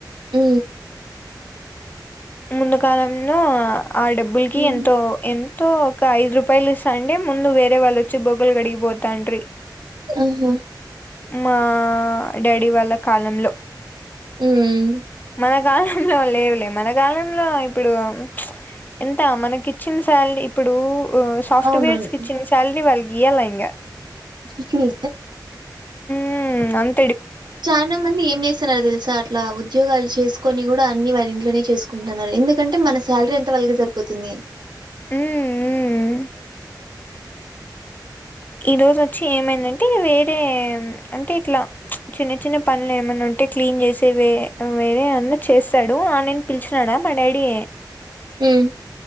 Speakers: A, on the right; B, on the left.
A: ఉ
B: ముందు కాలంలో ఆ డబ్బుల్కి
A: హ్మ్.
B: ఎంతో ఎంతో ఇంకా ఐదు రూపాయలు ఇస్తా అండే, ముందు వేరే వాళ్ళొచ్చి బొగ్గలు గడిగిపోతాంట్రీ.
A: ఆహా!
B: మా డాడీ వాళ్ళ కాలంలో
A: ఊమ్
B: మన కాలంలో హ్ లేవులే మన కాలంలో ఇప్పుడు ప్చ్ ఎంత మనకిచ్చిన సాలరీ ఇప్పుడు ఊమ్ సాఫ్ట్వేర్సుకి
A: అవునవును.
B: ఇచ్చిన సాలరీ వాళ్ ఇయల ఇంగా
A: నిజమే
B: ఊమ్ అంన్
A: చానా మంది ఏం చేస్తున్నారో తెలుసా అట్ల ట్లా ఉద్యోగాలు చేసుకొని కూడా అన్ని వాళ్ళ ఇంట్లోనే చేసుకుంటున్నారు. ఎందుకంటే మన సాలరీ అంత వాలకి సరిపోతుంది.
B: ఊమ్ ఊమ్ ఈ రోజు వచ్చి ఏమైందంటే వేరే అంటే ఇట్లా ప్చ్ చిన్న చిన్న పనులు ఏమైన్నా ఉం అంటే క్లీన్ చేసి వే వేరే అన్నా చేస్తాడు ఆ అన్నని పిలిచినాడా మా డాడీ
A: ఉమ్